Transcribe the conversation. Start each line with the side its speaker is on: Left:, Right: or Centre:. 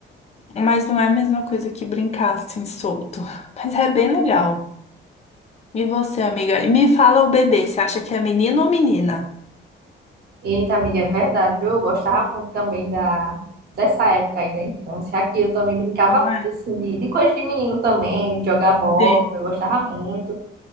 Left: mas não é a mesma coisa que brincar assim solto. <laughs> Mas é bem legal. E você, amiga? E me fala o bebê, você acha que é menino ou menina?
Right: Eita, amiga, é verdade, viu? Eu gostava muito também da dessa época aí da infância. Aqui eu também brincava
Left: Não é?
Right: muito assim, de, de coisa de menino também, de jogar bola.
Left: Sim.
Right: Eu gostava muito